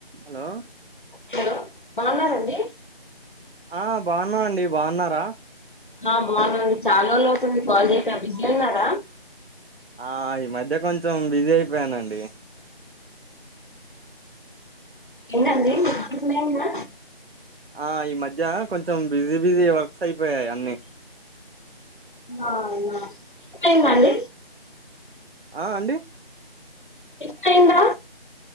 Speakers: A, on the right; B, on the left.
A: హలో
B: హలో బాగున్నారండి
A: ఆ బాగున్నమండీ బాగున్నారా
B: ఆ బావున్నమండీ చాలా రోజులవుతుంది కాల్ చేయక బిజీ ఉన్నారా
A: ఆ ఈ మధ్య కొంచెం బిజీ అయిపోయానండి
B: ఏంటండీ మస్త్ బిజీ అని కూడ
A: ఆ ఈ మధ్య కొంచెం బిజీ బిజీ వర్క్స్ అయిపోయాయి అన్ని
B: ఆ అవునా. టిఫిన్ అయిందా
A: ఊ
B: అండి
A: ఆ అండి
B: టిఫిన్ అయిందా